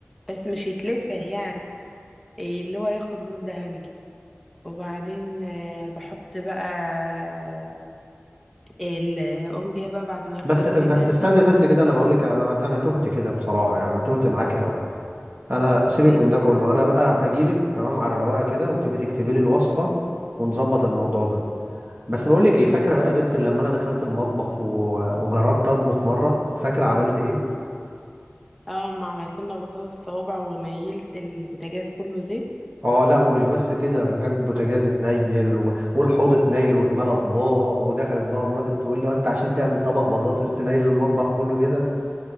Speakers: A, in the centre; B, on the right (about 45°).
A: بس مش يتلسع يعني إيه اللي هو ياخد لون ذهبي وبعدين آه، بحط بقى آه، ال- اقوم جايه بقى بعد ما ياخد
B: بس
A: اللون
B: بس
A: الدهبي
B: استني
A: ده اقوم
B: بس كده انا بقول لك انا انا تهت كده بصراحه يعني انا تهت معاكي قوي انا سيبك
A: جايه-
B: من ده كله انا بقى هبقى اجي لك تمام على رواقه كده وتبقي تكتبي لي الوصفه ونظبط الموضوع ده بس بقول لك ايه فاكره بقى يا بت لما انا دخلت المطبخ و... وجربت اطبخ مره فاكره عملت ايه
A: اه ما عملت لنا بطاطس صوابع ونيلت البوتاجاز كله زيت
B: اه لا ومش بس كده كان البوتاجاز اتنيل و... والحوض اتنيل واتملى اطباق ودخلت بقى مراتي بتقول لي "هو انت عشان تعمل طبق بطاطس تنيل المطبخ كله كده